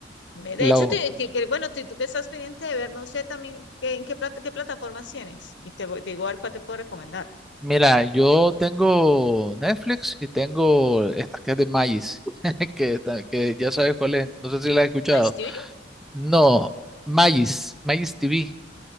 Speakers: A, on the left (about 70°); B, in the centre.
A: Me-
B: la-
A: De hecho, te- que- que- bueno, te- tú que estás pendiente de ver, no sé también qué- en qué, plata, qué plataformas tienes. Y te, voy- te digo al cual te puedo recomendar.
B: mira, yo tengo Netflix y tengo esta que es de Magis, <laughs> que, ta- que ya sabes cuál es. No sé si la has escuchado.
A: MyTV.
B: No, Magis, Magis TV.